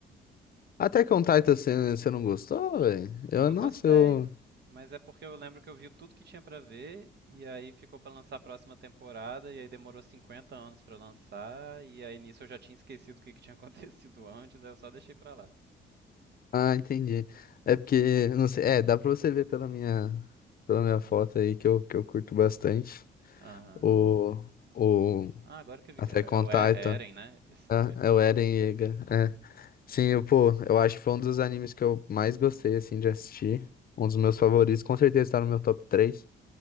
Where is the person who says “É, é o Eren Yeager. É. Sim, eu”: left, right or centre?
Left